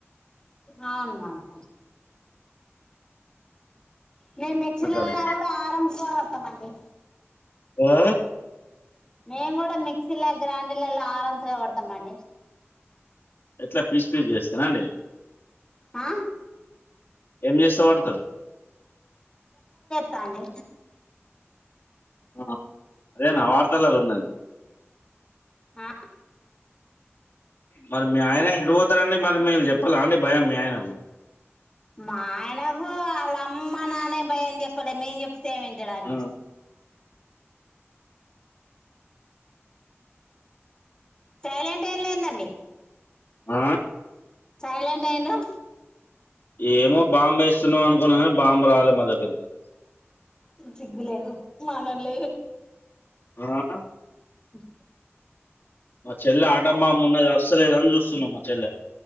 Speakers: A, on the left; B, on the left.
A: అవును మల్లా మేము మిక్సీలన్లా
B: అందుకని
A: కూడా ఆరంభించ పడుతమండి
B: ఆ
A: మేము కూడా మిక్సీలో గ్రైండర్లలా ఆరాంసగా పడతాం అండి
B: ఎట్లా బిజినెస్ చేస్తార అండి
A: ఆ
B: ఏం చేస్తే పడుతరు
A: తానేే
B: ఆ అదేనా వార్తలలో ఉన్నాది
A: ఆ
B: మరి మీ ఆయన ఎటు పోతరండి మరి మీరు చెప్పారా అండి భయం మీ ఆయనకు
A: మా ఆయనకు వాళ్ళ అమ్మ నాన్నే భయం చెప్పలే మేం చెప్పితే వింటాడా అండి
B: ఆ,
A: సైలెంట్ అయ్యి లేందండి
B: ఆ
A: సైలెంట్ అయిన్రు
B: ఏమో బాంబు వేస్తున్నావు అనుకున్నా గాని బాంబు రాలే మా దగ్గరకి
A: సిగ్గులేదు మానం లేదు
B: ఆ
A: అస్ే
B: మా చెల్లె ఆటాంబాంబు ఉన్నది వస్తలేదని చూస్తున్నాం మా చెల్లె